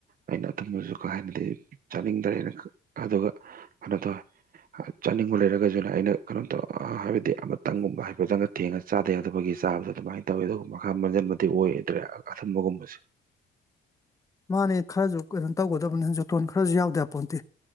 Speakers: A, on the right; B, on the left.
A: ꯑꯩꯅ ꯑꯗꯨꯨꯝꯝꯕꯁꯨ ꯀꯥ ꯍꯦꯟꯅꯗꯤ ꯆꯥꯅꯤꯡꯗ꯭ꯔꯦ ꯑꯗꯨꯒ ꯑꯗꯨꯗ‌ꯣ ꯆꯥꯅꯤꯡꯕ ꯂꯩꯔꯒꯁꯨꯅꯦ ꯑꯩꯅ ꯀꯩꯅꯣꯝ ꯇꯧ ꯍꯥꯏꯕꯗꯤ ꯑꯃꯇꯪꯒꯨꯝꯕ ꯍꯥꯏꯐꯗꯪꯅ ꯊꯦꯡꯉꯁꯤ ꯆꯥꯗ ꯌꯥꯗꯕꯒꯤ ꯆꯥꯕꯗ ꯑꯗꯨꯃꯥꯏꯅ ꯇꯧꯋꯤ ꯑꯗꯨꯒ ꯃꯈꯥ ꯃꯟꯖꯟꯕꯗꯤ ꯑꯣꯏꯗ꯭ꯔꯦ ꯑꯊꯨꯝꯕꯒꯨꯝꯕꯁꯦ
B: ꯃꯥꯅꯦ ꯈꯔꯁꯨ ꯀꯩꯅꯣ ꯇꯧꯒꯗꯕꯅꯤ ꯖꯣꯇꯣꯟ ꯈꯔꯁꯨ ꯌꯥꯎꯗ ꯌꯄꯣꯠꯇꯦ